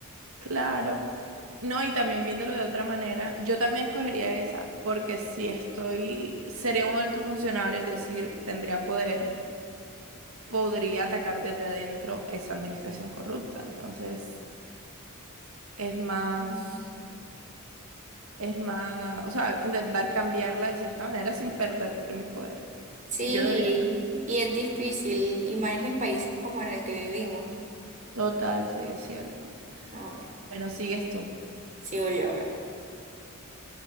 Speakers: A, on the right; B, on the right.
A: Claro. No, y también viéndolo de otra manera, yo también escogería esa porque si estoy, sería un alto funcionario, es decir, tendría poder, podría atacar desde adentro esa administración corrupta. Entonces, es más,
B: Mm.
A: es más, o sea, intentar cambiarla de cierta manera sin perder mi poder.
B: Sí,
A: Yo lo vería.
B: y es difícil, y más en países como en el que vivimos.
A: Total, sí, es cierto.
B: A ver,
A: Bueno, sigues tú.
B: sigo yo, a ver.